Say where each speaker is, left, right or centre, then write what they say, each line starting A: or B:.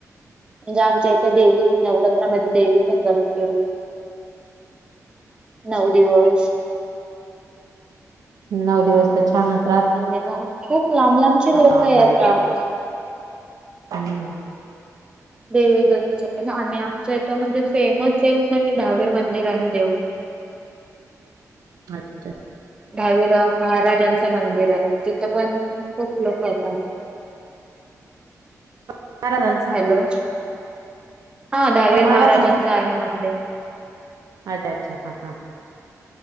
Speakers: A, on the right; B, on the right.
A: म्हणजे आमच्या इथे देवी नवरात्रामध्ये देवी पण बसते. नऊ दिवस
B: नऊ दिवस तर छान अस.
A: आणि मग खूप लांब लांबचे लोक
B: का-
A: येतात.
B: कार्यक्रम राहत हम्म.
A: देवी गर्च्या आणि आमचं इथं म्हणजे फेमस देऊ म्हणजे दहावीर मंदिर आहे देऊळ. <inaudible>
B: अच्छा.
A: दहावीला महाराजांचं मंदिर आहे तिथं पण खूप लोक येतात.
B: <unintelligible>
A: हॅलो हा दहावीर
B: कोण महाराजांचा
A: महाराजांचं आहे मंदिर.
B: अच्छा अच्छा हा हा.